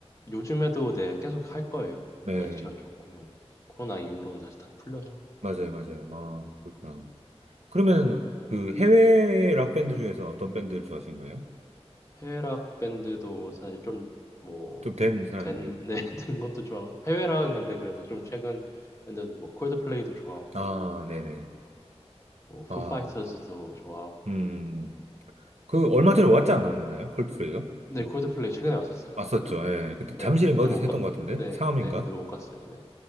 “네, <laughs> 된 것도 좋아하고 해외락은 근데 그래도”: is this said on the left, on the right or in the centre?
Left